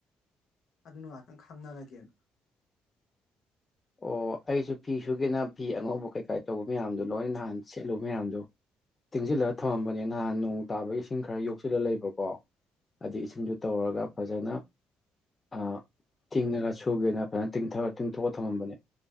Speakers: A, on the left; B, on the left.
A: ꯑꯗꯨꯅ ꯉꯍꯥꯛꯇꯪ ꯈꯪꯅꯔꯒꯦꯅ
B: ꯑꯣ ꯑꯩꯁꯨ ꯐꯤ ꯁꯨꯒꯦꯅ ꯐꯤ ꯑꯉꯧꯕ ꯀꯩꯀꯥꯏ ꯇꯧꯕ ꯃꯌꯥꯝꯗꯣ ꯂꯣꯏ ꯅꯍꯥꯟ ꯁꯦꯠꯂꯨꯕ ꯃꯌꯥꯝꯗꯣ ꯇꯤꯡꯁꯤꯜꯂꯒ ꯊꯝꯔꯝꯕꯅꯦ ꯅꯍꯥꯟ ꯅꯣꯡ ꯇꯥꯕ ꯏꯁꯤꯡ ꯈꯔ ꯌꯣꯛꯁꯤꯜꯂ ꯂꯩꯕꯀꯣ ꯑꯩ ꯏꯁꯤꯡꯁꯨ ꯇꯧꯔꯒ ꯐꯖꯅ ꯑ ꯇꯤꯡꯉꯒ ꯁꯨꯒꯦꯅ ꯐꯖꯅ ꯇꯤꯡꯊꯔ ꯇꯤꯡꯊꯣꯛꯑ ꯊꯝꯃꯝꯕꯅꯦ